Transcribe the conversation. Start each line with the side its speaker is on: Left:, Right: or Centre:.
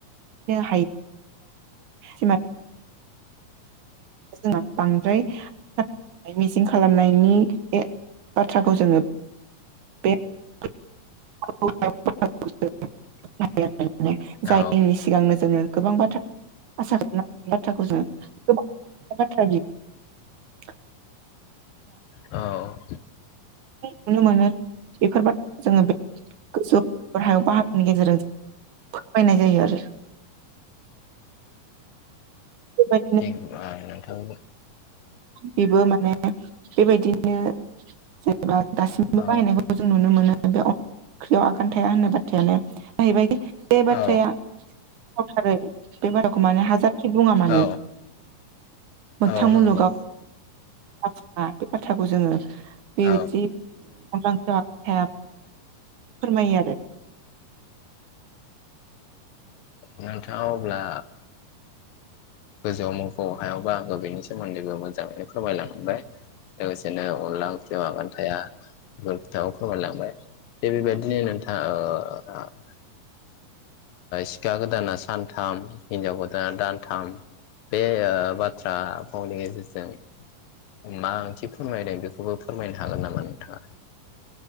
Right: नो हायो <unintelligible> <unintelligible> बांद्राय <unintelligible> मिजिं खालामनायनि बे बाथ्राखौ जोङो बे <unintelligible> जायनि
Left: औ
Right: सिगांनो जोङो गोबां बाथ्रा आसा खालामनो बाथ्राखौ जोङो गोबां <unintelligible>
Left: औ
Right: नुनो मोनो बेफोरबि जोङो बे गोसौ हायाव बाहागोनि गेजेरजों <unintelligible> जायो आरो बेबायदिनो
Left: जेनबा नोथां
Right: बेबो माने बेबायदिनो जेनेबा दासिमबो
Left: औ
Right: बाहायनायखौ जों नुनो मोनो बे <unintelligible> ओंख्रियाव आगान थाया होननाय बाथ्रायानो जाहैबाय बे बाथ्राया
Left: औ
Right: <unintelligible> बे बाराखौ माने हाजार जेखि बुङा <inaudible> मानो
Left: औ
Right: मोगथां
Left: औ
Right: मुलुगाव
Left: नंगौ
Right: बाथा बे बाथ्राखौ जोङो बेदि
Left: औ
Right: <unintelligible> फोरमाया
Left: औ नोंथाङा अब्ला गोजौआव मोफौ हायाव बाहागो बेनि सोमोन्दैबो मोजाङैनो फोरमायलां मोनबाय लोगोसेनो अनला ओंख्रियाव आगान थाया बेफोर खोथखौ फोरमायलांबाय थिग बेबायदिनो नों <unintelligible> सिखा गोदाना सानथाम हिनजाव गोदाना दानथाम बे बाथ्रा फावनि गेजेरजों मा ओंथि फोरमायदों बेखौबो फोरमायनो हागोन नामा नोंथाङा?